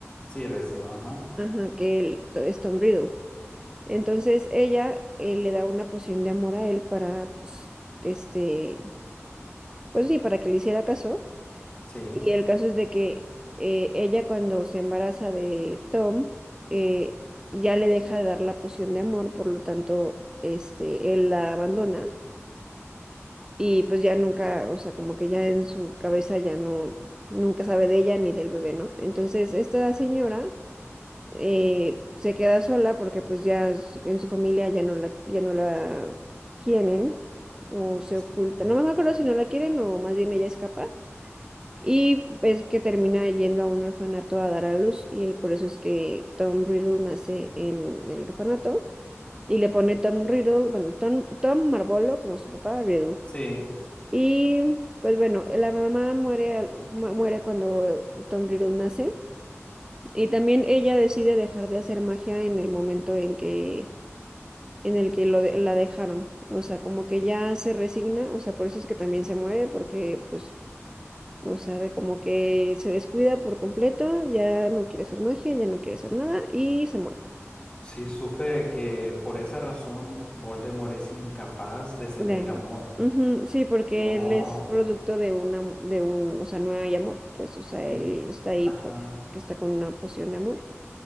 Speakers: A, on the left; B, on the right.
A: sí, vecino, ajá,
B: ajá, que él to- es Tom Riddle. Entonces ella eh, le da una poción de amor a él para, pues, que este, pues sí, para que le hiciera caso.
A: sí,
B: Y el caso es de que eh, ella cuando se embaraza de Tom, eh, ya le deja de dar la poción de amor, por lo tanto, este, él la abandona y pues ya nunca, o sea, como que ya en su cabeza ya no, nunca sabe de ella ni del bebé, ¿no? Entonces, esta señora eh, se queda sola porque pues ya s- en su familia ya no la, ya no la quieren o se
A: sí,
B: oculta. No me acuerdo si no la quieren o más bien ella escapa. Y es que termina yendo a un orfanato a dar a luz y por eso es que Tom Riddle nace en el orfanato y le pone Tom Riddle, bueno, Tom, Tom Marvolo como su papá, Riddle.
A: sí.
B: Y pues bueno, la mamá muere, al- mu- muere cuando Tom Riddle nace. Y también ella decide dejar de hacer magia en el momento en que, en el que lo de- la dejaron. O sea, como que ya se resigna. O sea, por eso es que también se muere, porque pues, o sea, de como que se descuida por completo, ya no quiere hacer magia, ya no quiere hacer nada y se muere.
A: Sí, supe que por esa razón Voldemort es incapaz de sentir
B: De amor.
A: amor.
B: Ujú, Sí, porque
A: Wow.
B: él es producto de una, de un, o sea, no hay amor, pues, o sea,
A: Mm,
B: él está ahí
A: Ajá,
B: porque está con una poción de amor.